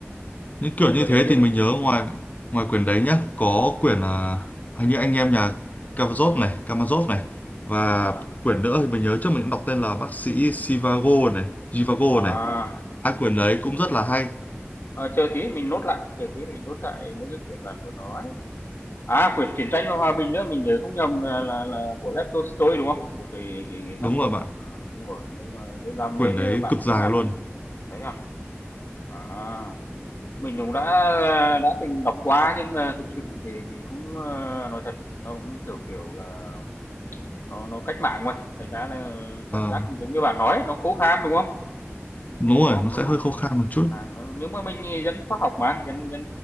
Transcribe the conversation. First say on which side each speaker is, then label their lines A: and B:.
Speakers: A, on the left; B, on the left.
A: những kiểu
B: gợi
A: như thế
B: ý cho
A: thì
B: mình.
A: mình nhớ ngoài ngoài quyển đấy nhá có quyển à, hình như anh em nhà Karamazov này Karamazov này và
B: À,
A: quyển nữa thì mình nhớ trước mình cũng đọc tên là bác sĩ Sivago này Jivago
B: wow!
A: này hai quyển đấy cũng rất là hay
B: Ờ, chờ tí mình nốt lại, chờ tí mình nốt lại mấy cái quyển bạn vừa nói. À, quyển Chiến tranh và Hòa bình nữa, mình nhớ không nhầm là là là của Lev Tolstoy, đúng không? Một cái cái cái
A: đúng
B: tác
A: rồi
B: phẩm,
A: bạn
B: ờ, đúng rồi, nếu mà nếu đam
A: quyển
B: mê
A: đấy
B: như bạn
A: cực dài
B: bạn
A: luôn
B: thấy à? À, mình cũng đã đã từng đọc qua nhưng mà thực sự thì thì cũng, ờ, nói thật, nó cũng, kiểu kiểu là, nó nó cách mạng mà, thành ra là
A: Ờ,
B: cảm giác giống như bạn nói, nó khô khan, đúng không?
A: đúng rồi
B: Đúng không?
A: nó sẽ
B: Đúng
A: hơi
B: rồi.
A: khô khan một chút
B: À, n nếu mà mình dân khoa học mà, dân dân,